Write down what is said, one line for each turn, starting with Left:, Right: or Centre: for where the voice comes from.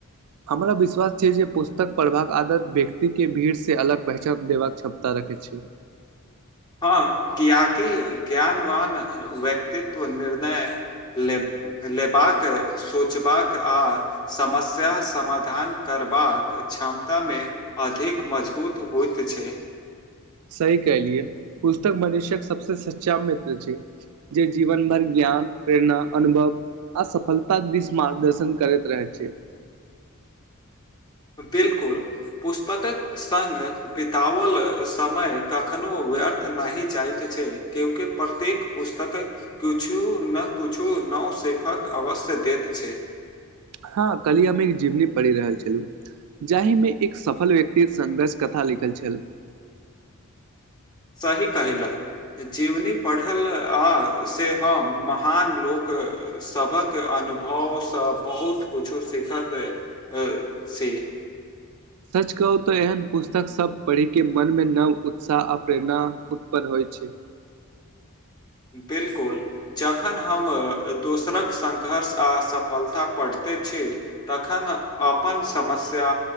Right: हमरा विश्वास छै जे पुस्तक पढ़बाक आदत व्यक्तिके भीड़सँ अलग पहचान देबाक क्षमता रखैत छै।
Left: किएकि ज्ञानवान व्यक्तित्व निर्णय ले लेबाक सोचबाक आ समस्या समाधान करबाक क्षमता मे अधिक मजबूत होइत छै।
Right: सही कलियै पुस्तक मनुष्य्यक सबस सच्चा मित्र छै जे जीवन भरि ज्ञान प्रेरणा अनुभव अ सफलता दिस मार्गदर्शन करैत रहै छै।
Left: बिल्कुल पुस्तकक संग बितावल समय कखनो व्यर्थ नहि जाइत छै केहु के प्रत्येक पुस्तकक किछु न किछु नव सीखक अवश्य देैत छै।
Right: हां कल्हि हम एक जीवनी पढ़ि रहल छलु जाहिमे एक सफल व्यक्ति संघर्ष कथा लिखल छल।
Left: सही कहे लै जीवनी पढ़ल आ से हम महान लोक सभक अनुभवसे बहुत कुछो सिखत अ छी।
Right: सच कहू तऽ एहन पुस्तक सब पढ़िके मनमे नव उत्साह आ प्रेरणा उत्पन्न होइ छै।
Left: बिल्कुल जखन हम दोसरक संघर्ष आ सफलता पढ़िते छी तखन अपन समस्या